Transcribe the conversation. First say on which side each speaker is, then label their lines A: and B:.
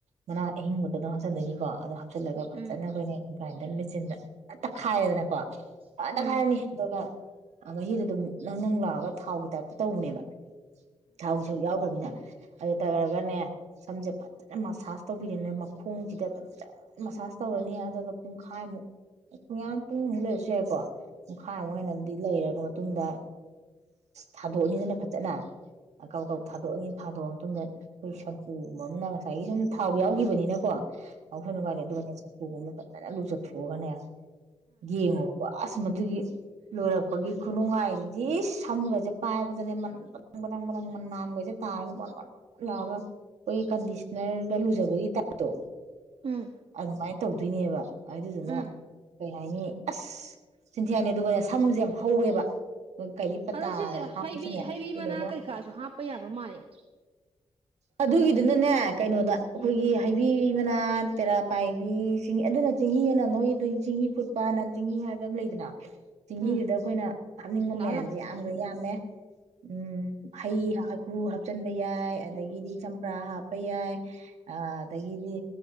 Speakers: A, on the right; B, on the right.
A: ꯃꯅꯥ ꯑꯍꯤꯡꯕꯛꯇ ꯑꯗꯨꯝ ꯍꯥꯞꯆꯟꯗꯣꯏꯅꯤꯀꯣ ꯑ ꯍꯞꯆꯤꯜꯂꯒꯥ ꯐꯖꯅ
B: ꯎꯝ
A: ꯑꯩꯈꯣꯏꯅ ꯒ꯭ꯔꯥꯏꯟ ꯆꯤꯟꯗ ꯇꯛꯈꯥꯏꯔꯦꯗꯅꯀꯣ ꯐꯟꯇꯈꯥꯏꯔꯅꯤ
B: ꯎꯝ
A: ꯑꯗꯨꯒ ꯃꯍꯤꯗꯣ ꯑꯗꯨꯝ ꯅꯪ ꯅꯪ ꯂꯥꯎꯔꯒ ꯊꯥꯎꯒꯤ ꯇꯥꯏꯞꯇ ꯇꯧꯕꯅꯦꯕ ꯊꯥꯎꯒꯤ ꯁꯔꯨꯛ ꯌꯥꯎꯈ꯭ꯔꯅꯤꯅ ꯑꯗꯨ ꯇꯧꯔꯒꯅꯦ ꯁꯝꯁꯦ ꯐꯖꯅ ꯃꯁꯥꯁ ꯇꯧꯕꯤꯔꯦꯅ ꯃꯈꯣꯡꯁꯤꯗ ꯐꯖꯅ ꯃꯁꯥꯁ ꯇꯧꯔꯅꯤ ꯑꯗꯨꯒ ꯄꯨꯡꯈꯥꯏꯃꯨꯛ ꯄꯨꯡꯌꯥ ꯄꯨꯡꯃꯨꯛ ꯂꯩꯔꯁꯨ ꯌꯥꯏꯀꯣ ꯄꯨꯡꯈꯥꯏꯃꯨꯛ ꯍꯦꯟꯅꯗꯤ ꯂꯩꯔꯕ ꯃꯇꯨꯡꯗ ꯊꯥꯗꯣꯛꯑꯅꯤꯗꯅ ꯐ ꯆꯠꯅ ꯑ ꯀꯥꯕꯛ ꯀꯥꯕꯛ ꯊꯥꯗꯣꯛꯑꯅꯤ ꯊꯥꯗꯣꯛꯑ ꯃꯇꯨꯡꯗ ꯑꯈꯣꯏ ꯁꯝꯄꯨꯒꯨꯝꯕ ꯑꯃꯅ ꯉꯁꯥꯏꯒꯤ ꯁꯨꯝ ꯊꯥꯎ ꯌꯥꯎꯒꯤꯕꯅꯤꯅꯀꯣ <unintelligible> ꯎꯒꯑꯃꯗ ꯐꯖꯅ ꯂꯨꯖꯊꯣꯛꯑꯒꯅꯦ ꯌꯦꯉꯣꯕꯀꯣ ꯑꯁ ꯃꯗꯨꯒꯤ ꯂꯣꯏꯔꯛꯄꯒꯤ ꯈꯨꯅꯨꯡꯉꯥꯏꯗꯨꯗꯤ ꯢꯁ ꯁꯝꯒꯁꯦ ꯄꯥꯏꯕꯗꯅꯦ ꯃꯟ ꯕꯠ ꯪꯕꯗꯪ ꯕꯗꯪ ꯃꯅꯥꯝꯒꯁꯦ ꯇꯥꯔꯒ ꯕꯣꯟ ꯕꯣꯟ ꯕꯣꯟ ꯂꯥꯎꯔꯒ ꯑꯈꯣꯏꯒꯤ ꯀꯟꯗꯤꯁꯅꯔꯒ ꯂꯨꯖꯕꯒꯤ ꯇꯥꯏꯞꯇꯣ
B: ꯎꯝ ꯎꯝ ꯎꯝ
A: ꯑꯗꯨꯃꯥꯏꯅ ꯇꯧꯗꯣꯏꯅꯦꯕ ꯑꯗꯨꯗꯨꯅ
B: ꯎꯝ
A: ꯀꯩ ꯍꯥꯏꯅꯤ ꯑꯁ ꯆꯤꯟꯊꯤ ꯍꯥꯏꯅꯤ ꯑꯗꯨꯒꯅꯦ ꯁꯝꯁꯦ ꯌꯥꯝ ꯍꯧꯋꯦꯕ ꯀꯔꯤ ꯄꯇꯥ
B: ꯑꯗꯣ ꯁꯤꯁꯦ
A: ꯍꯥꯞꯄꯁꯤꯅꯦ
B: ꯍꯩꯕꯤ ꯍꯩꯕꯤ
A: ꯇꯤꯜꯂꯣꯒ꯭ꯔꯥ
B: ꯃꯅꯥ ꯀꯩꯀꯥꯁꯨ ꯍꯥꯞꯄ ꯌꯥꯕ ꯃꯥꯜꯂꯦ
A: ꯑꯗꯨꯒꯤꯗꯨꯅꯅꯦ ꯀꯩꯅꯣꯗ ꯑꯈꯣꯏꯒꯤ
B: ꯎꯝ
A: ꯍꯩꯕꯤ ꯅꯣꯏꯅꯥ ꯇꯦꯔꯥ ꯄꯥꯏꯕꯤ ꯆꯤꯡꯍꯤ ꯑꯗꯨꯅ ꯆꯦꯡꯍꯤ ꯑꯅ ꯅꯣꯏ ꯆꯤꯡꯍꯤ ꯐꯨꯠꯄ ꯅ ꯆꯤꯡꯍꯤ ꯍꯥꯏꯕ ꯑꯃ ꯂꯩꯗꯅ ꯆꯦꯡꯍꯤꯗꯨꯗ
B: ꯎꯝ
A: ꯑꯈꯣꯏꯅ ꯍꯥꯞꯅꯤꯡꯕ
B: ꯂꯥꯛꯑꯣ
A: ꯃꯌꯥꯟꯖꯦ
B: ꯂꯥꯛꯑꯣ
A: ꯌꯥꯝꯈꯒ꯭ꯔꯦ ꯌꯥꯝꯃꯦ ꯎꯝ ꯍꯩ ꯍ ꯍ ꯀ꯭ꯔꯨ ꯍꯥꯞꯆꯟꯕ ꯌꯥꯏ ꯑꯗꯒꯤꯗꯤ ꯆꯝꯄ꯭ꯔꯥ ꯍꯥꯞꯄ ꯌꯥꯏ ꯑ ꯑꯗꯒꯤꯗꯤ